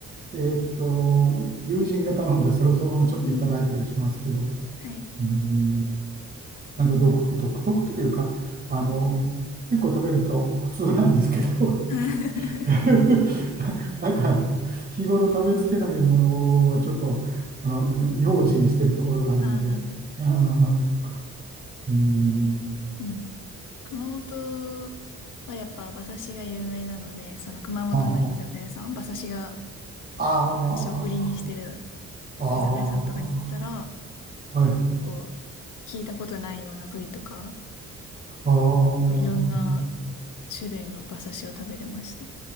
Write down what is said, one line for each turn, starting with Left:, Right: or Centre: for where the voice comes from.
Right: えーっと、友人が頼んで、それをそのままちょっといただいたりしますけど、
Left: うん。はい。
Right: うん、なんか独、独特というか、あの、結構食べると普通なんですけど、
Left: <laughs>
Right: <laughs> な、なんか、日頃食べつけないものはちょっと、あの、用心してるところがあるので、
Left: ああ、
Right: はいうん、
Left: その、うん。熊本はやっぱ馬刺しが有名なので、その熊本の居酒屋さん、
Right: ああ、
Left: 馬刺しが、
Right: あ
Left: 馬刺しを売りにしてる
Right: あ、ああ、
Left: 居酒屋さんとかに行ったら、
Right: はい、
Left: 結構聞いたことないような部位とか、
Right: ああ、うん
Left: なんかいろんな種類の馬刺しを食べれました。